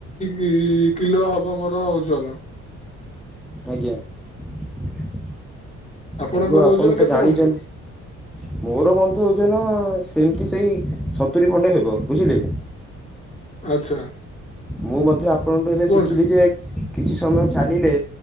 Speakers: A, on the left; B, in the centre.
A: କି କିଲୋ ହବ ମୋର ଓଜନ।
B: ଆଜ୍ଞା। <inaudible>
A: ଆପଣଙ୍କର
B: ବନ୍ଧୁ ଆପଣ
A: ଓଜନ
B: ତ
A: କେତେ
B: ଜାଣିଛନ୍ତି,
A: ବନ୍ଧୁ?
B: ମୋର ବନ୍ଧୁ ଓଜନ ସେମିତି ସେଇ ସତୁରି ଖଣ୍ଡେ ହେବ ବୁଝିଲେ?
A: ଆଚ୍ଛା
B: ମୁଁ ମଧ୍ୟ ଆପଣଙ୍କୁ ଏବେ
A: କୁହନ୍ତୁ
B: ଶିଖିଲି ଯେ କିଛି ସମୟ ଚାଲିଲେ